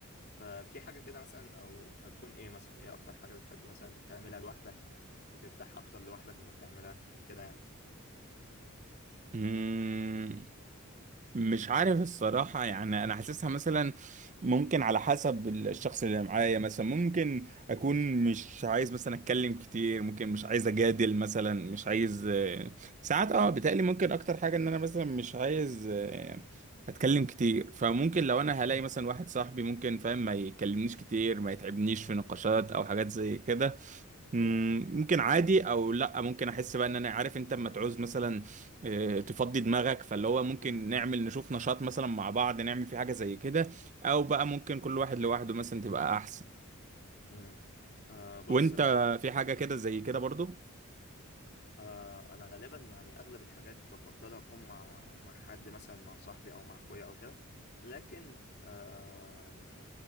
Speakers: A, on the left; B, on the right.
A: ففي حاجة كده مثلا أو هتكون إيه مثلا إيه أكتر حاجة بتحب مثلا تعملها لوحدك بترتاح أكتر لوحدك لما بتعملها كده يعني
B: مم. مش عارف الصراحة يعني أنا حاسسها مثلا ممكن على حسب الشخص اللي معايا مثلا ممكن أكون مش عايز مثلا أتكلم كتير ممكن مش عايز أجادل مثلا مش عايز آه، ساعات أه بتقلي ممكن أكتر حاجة إن أنا مثلا مش عايز آه، أتكلم كتير فممكن لو أنا هلاقي مثلا واحد صاحبي ممكن فاهم ما يكلمنيش كتير ما يتعبنيش في نقاشات أو حاجات زي كده مم، ممكن عادي او لا ممكن احس بقى ان انا عارف انت اما تعوز مثلا آه، تفضي دماغك فاللي هو ممكن
A: امم
B: نعمل نشوف نشاط مثلا مع بعض نعمل في حاجة زي كده او بقى ممكن كل واحد لوحده مثلا تبقى احسن
A: امم آه بص
B: وانت
A: أنا
B: في حاجة كده زي كده برضو
A: آه أنا غالبا يعني أغلب الحاجات بفضلها أكون مع مع حد مثلا مع صاحبي أو مع أخويا أو كده لكن آه